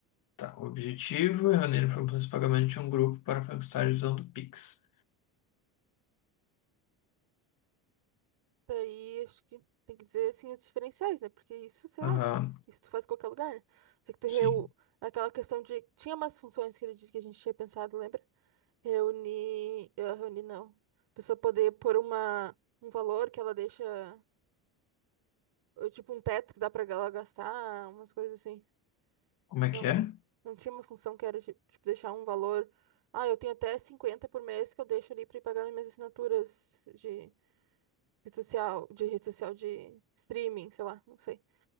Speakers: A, on the left (about 50°); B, on the right (about 65°).
A: tá. O objetivo é reunir informações de pagamento de um grupo para Frankenstein usando o Pix.
B: Daí acho que tem que dizer assim os diferenciais, né? Porque isso, sei
A: Aham,
B: lá, isso tu faz em qualquer lugar, né? Só que tu reu...
A: sim.
B: Aquela questão de. Tinha umas funções que ele disse que a gente tinha pensado, lembra? Reunir. eh, reunir não. A pessoa poder pôr uma... um valor que ela deixa. eh, Tipo, um teto que dá pra ela gastar, umas coisas assim.
A: Como é
B: Não.
A: que é?
B: Não tinha uma função que era, tipo, tipo, deixar um valor. Ah, eu tenho até 50 por mês que eu deixo ali pra ir pagar nas minhas assinaturas de rede social, de rede social de streaming, sei lá, não sei.